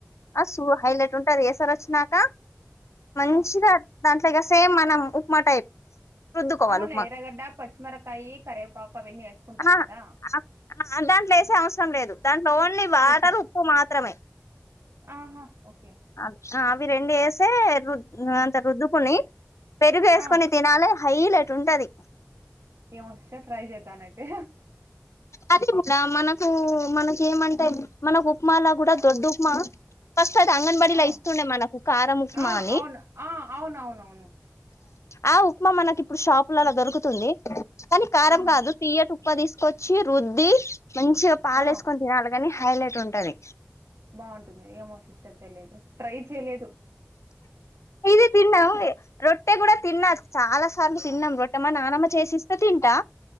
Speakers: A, on the left (about 80°); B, on the right (about 75°).
A: అ సూ హైలైట్ ఉంటాది ఏసార్ వచ్చినాక మంచిగా
B: ఆ,
A: దాంట్లో ఇలాగా సేమ్ మనం ఉప్మా టైప్ రుద్దుకోవాలి
B: అవునులే
A: ఉప్మా
B: ఎర్రగడ్డ పచ్చిమిరకాయ కరవేపాకు అవన్నీ వేసుకుంటాం
A: ఆ
B: కదా
A: ఆ, దాంట్లో ఏసే అవసరం లేదు దాంట్లో ఓన్లీ వాటర్
B: అవసరం
A: ఉప్పు మాత్రమే
B: ఆహా ఓకే
A: అ అవి రెండు వేసే రుద్ అంత రుద్దుకుని పెరుగు వేసుకొని
B: ఆ,
A: తినాలి హైలైట్ ఉంటది
B: ఏమో ఒకసారి ట్రై చేస్తాను అయితే
A: అదే కూడా మనకు మనకేమంటే మనకు ఉప్మాలో కూడా దొడ్డు ఉప్మా ఫస్ట్ అది అంగన్వాడీలో
B: ఆ,
A: ఇస్తుండే మనకు కారం ఉప్మా
B: ఆ,
A: అని
B: అవును ఆ, అవును అవును అవును
A: ఆ ఉప్మా మనకి ఇప్పుడు షాపలలో దొరుకుతుంది కానీ కారం
B: ఆహా,
A: కాదు తీయ ఉప్మా తీసుకొచ్చి రుద్ది మంచిగా పాలేసుకొని
B: ఆ,
A: తినాలి కాని హైలైట్ ఉంటది
B: బాగుంటుంది ఏమో సిస్టర్ తెలియదు ట్రై చేయలేదు
A: ఇది తిన్నాము రొట్టె కూడా తిన్నా చాలా చాలా సార్లు తిన్నాం రొట్ట మా నానమ్మ చేసిస్తే తింటా